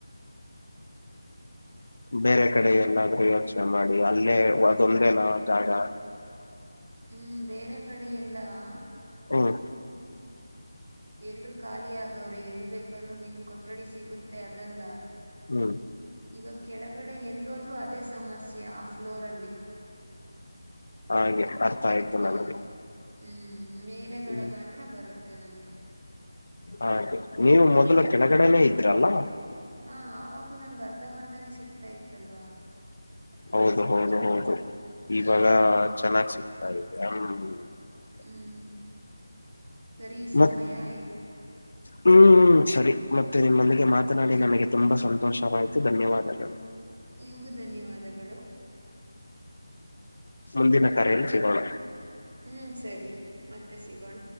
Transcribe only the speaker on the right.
ಹ್ಮ್, ಬೇರೆ ಕಡೆ ಎಲ್ಲಾಇವಾಗ
ಎಲ್ರು ಖಾಲಿ ಆಗವ್ರೆ ಎಲ್ ಬೇಕಾದ್ರು ನಿಮ್ ಕೊಠಡಿ ಸಿಗುತ್ತೆ ಅದೆಲ್ಲಾ
ಇವಗ ಕೆಳಗಡೆ ಎಲ್ಲೋದ್ರು ಅದೇ ಸಮಸ್ಯೆ ಆ ಫ್ಲೋರ್ ಅಲ್ಲಿ.
ಹ್ಮ್,
ಹ್ಮ್ ಮೇಲೆಗಡೆ
ಮಾತ್ರ ಬರುತ್ತೆ ನಮ್ಗೆ.
ಅದು
ಹಾ ಆವಾಗೂ ನನ್ಗೆ ಅರ್ಧ ಮರ್ಧನೇ ಸಿಗ್ತಾ ಇತ್ತಲ್ವಾ.
ಹ್ಮ್
ಹ್ಮ್, ಸರಿ ಸಮಯ
ಆಯ್ತು.
ನಿಮಗೂ ಧನ್ಯವಾದಗಳು.
ಹ್ಮ್, ಸರಿ ಮತ್ತೆ ಸಿಗೋಣ.